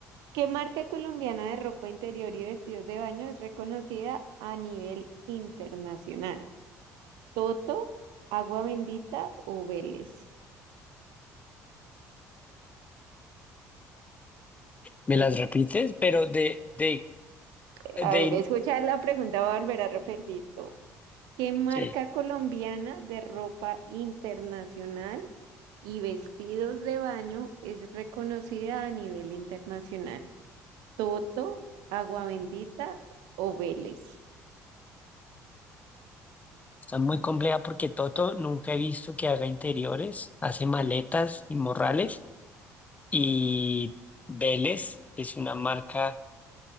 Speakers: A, on the right; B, on the left.
A: ¿Qué marca colombiana de ropa interior y vestidos de baño es reconocida a nivel internacional? ¿Toto, Agua Bendita o Vélez?
B: ¿Me
A: Eh,
B: las repites? Pero de, de,
A: eh,
B: de,
A: A ver, escuchar la pregunta, voy a volver a repetir. todo. ¿Qué marca
B: sí,
A: colombiana de ropa internacional y vestidos de baño es reconocida a nivel internacional? ¿Toto, Agua Bendita o Vélez?
B: está muy compleja porque Toto nunca he visto que haga interiores, hace maletas y morrales y Vélez es una marca